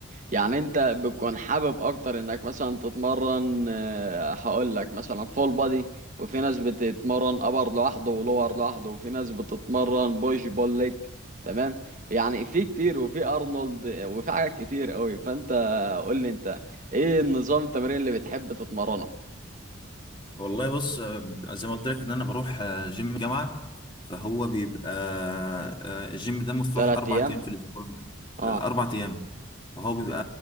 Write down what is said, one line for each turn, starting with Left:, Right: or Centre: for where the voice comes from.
Right: يعني انت بتكون حابب اكتر انك مثلا تتمرن آه، هقول لك مثلا فول بادي وفي ناس بتتمرن ابر لوحده ولور لوحده وفي ناس بتتمرن بوش بول ليج تمام يعني في كتير وفي ارنولد وفي حاجات كتير قوي فانت قول لي انت ايه النظام التمرين اللي بتحب تتمرنه
Left: والله بص آه، زي ما قلت لك ان انا بروح آه، جيم جامعه فهو بيبقى آه، آه، الجيم ده مفتوح
Right: تلات
Left: اربع
Right: ايام
Left: ايام في الاسبوع
Right: اه
Left: آه، اربع ايام هو بيبقى